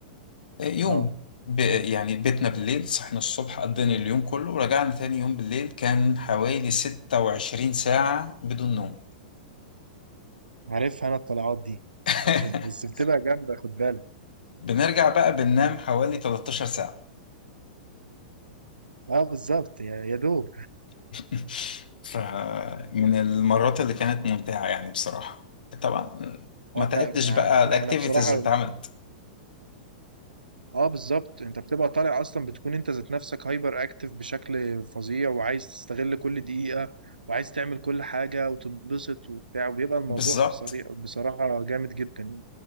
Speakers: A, on the left; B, on the right.
A: يوم
B: اه
A: ب... يعني بيتنا بالليل صحنا الصبح قضينا اليوم كله ورجعنا تاني يوم بالليل كان حوالي 26 ساعة بدون نوم
B: عارفها انا الطلعات دي
A: <laughs>
B: <laughs> بس بتبقى جامدة خد بالك
A: بنرجع بقى بننام حوالي 13 ساعة
B: اه بالظبط يا يا دوب
A: <laughs> فمن المرات اللي كانت ممتعة يعني بصراحة طبعا ما
B: اه
A: تعدش
B: لا انا
A: بقى الأكتيفيتيز
B: انا بصراحة
A: اللي اتعملت
B: اه بالظبط انت بتبقى طالع اصلا بتكون انت ذات نفسك هايبر اكتف بشكل فظيع وعايز تستغل كل دقيقة وعايز تعمل كل حاجة وتنبسط وبتاع وبيبقى الموضوع
A: بالظبط
B: في صريح بصراحة جامد جدا يعني